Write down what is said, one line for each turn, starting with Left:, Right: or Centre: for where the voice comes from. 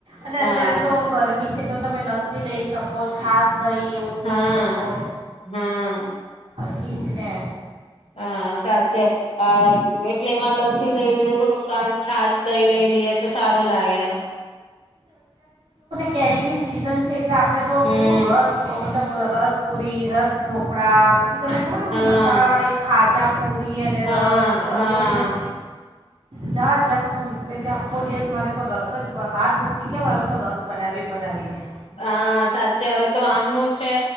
Right: અને
Left: હા
Right: અત્યારે તો ગરમી છે તો તમે લસ્સી લઈ શકો. ઓ છાસ. દહી એવું પી
Left: હા
Right: શકો.
Left: હા
Right: બઇજને.
Left: હા સાચ છે એટલે એમાં લસ્સી લઈ લે થોડુંક કામ છા. દહી લઈ લઈએ તો સારું લાગે.
Right: કેરી ની સીઝન છે. એટલે આપણે તો
Left: હમ
Right: કેવું રસ મતલબ રસ. પુરી રસ ઢોકળા પછી. તમને ખબર
Left: હા
Right: મસાલા વાળી ખાજા પુરી અને રસ
Left: હા હા
Right: બધું. જાત જાત પણની. આપણે જે આખો દિવસ મારે તો રસ જ હાથ દુઃખી કેયા મારો તો રસ બનાવી બનાવીને.
Left: હા સાચે હવે તો આમનું છે.